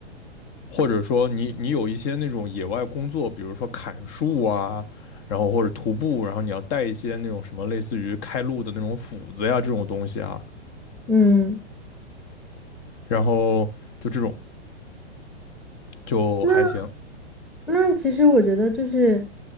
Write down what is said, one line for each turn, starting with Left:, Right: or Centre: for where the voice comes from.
Left: 或者说你你有一些那种野外工作，比如说砍树啊，然后或者徒步，然后你要带一些那种什么类似于开路的那种斧子呀这种东西啊，
Centre: 嗯，嗯
Left: 然后就这种就还行，
Centre: 那那其实我觉得就是，